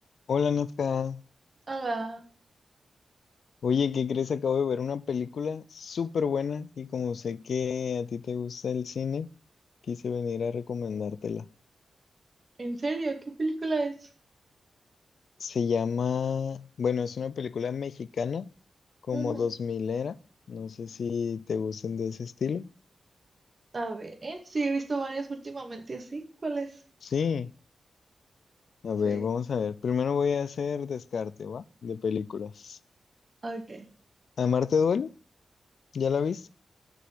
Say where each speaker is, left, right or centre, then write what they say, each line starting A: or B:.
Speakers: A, on the left (about 75°); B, on the right (about 45°).
A: Hola Nazca,
B: Hola,
A: oye, ¿qué crees? Acabo de ver una película súper buena y como sé que a ti te gusta el cine, quise venir a recomendártela.
B: ¿en serio? ¿Qué película es?
A: Se llama, bueno, es una película mexicana, como
B: Ujú.
A: 2000 era, no sé si te gusten de ese estilo.
B: A ver, sí, he visto varias últimamente, ¿sí? ¿Cuál es?
A: Sí, a ver,
B: Sí,
A: vamos a ver. Primero voy a hacer descarte, ¿va? De películas.
B: ok,
A: Amarte duele? ¿Ya la viste?